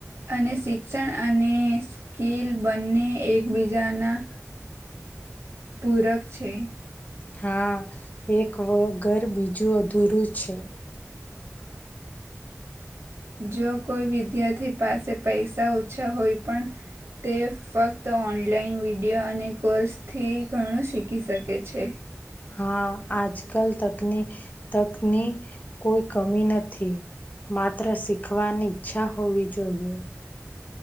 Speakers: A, on the right (about 65°); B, on the left (about 30°).
A: અને શિક્ષણ અને સ્કીલ બંને એકબીજાના પૂરક છે
B: હા એક વ ઘર બીજું અધૂરું છે
A: જો કોઈ વિદ્યાર્થી પાસે પૈસા ઓછા હોય પણ તે ફક્ત ઓનલાઈન વિડીયો અને કોર્સ થી ઘણું શીખી શકે છે
B: હા આજ કલ તકની તકની કોઈ કમી નથી માત્ર શીખવાની ઈચ્છા હોવી જોઈએ